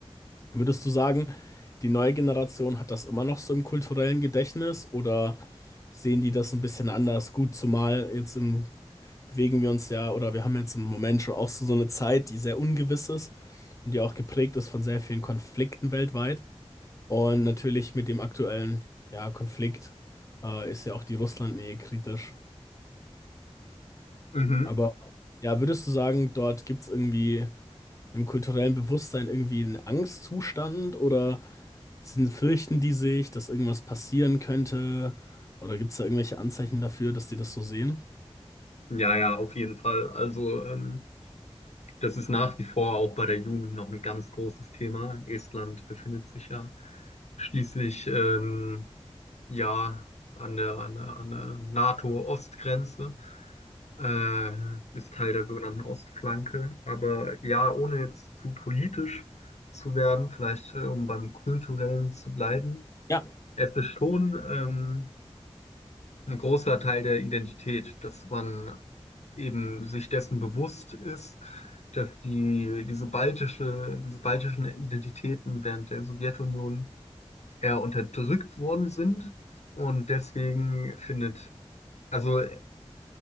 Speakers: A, on the left (about 30°); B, on the left (about 85°).
A: Würdest du sagen, die neue Generation hat das immer noch so im kulturellen Gedächtnis oder sehen die das ein bisschen anders? Gut, zumal jetzt im, bewegen wir uns ja oder wir haben jetzt im Moment schon auch so, so eine Zeit, die sehr ungewiss ist und die auch geprägt ist von sehr vielen Konflikten weltweit. Und natürlich mit dem aktuellen ja, Konflikt äh, ist ja auch die Russlandnähe kritisch.
B: Mhm.
A: Aber ja, würdest du sagen, dort gibt es irgendwie im kulturellen Bewusstsein irgendwie einen Angstzustand oder? Sind, fürchten die sich, dass irgendwas passieren könnte? Oder gibt es da irgendwelche Anzeichen dafür, dass die das so sehen?
B: Ja, ja, auf jeden Fall. Also, ähm, das ist nach wie vor auch bei der Jugend noch ein ganz großes Thema. Estland befindet sich ja schließlich ähm, ja an der, an der, an der NATO-Ostgrenze, äh, ist Teil der sogenannten Ostflanke. Aber ja, ohne jetzt zu politisch zu werden, vielleicht äh, um beim Kulturellen zu bleiben.
A: Ja.
B: Es ist schon ähm, ein großer Teil der Identität, dass man eben sich dessen bewusst ist, dass die, diese baltische, diese baltischen Identitäten während der Sowjetunion eher unterdrückt worden sind. Und deswegen findet, also äh,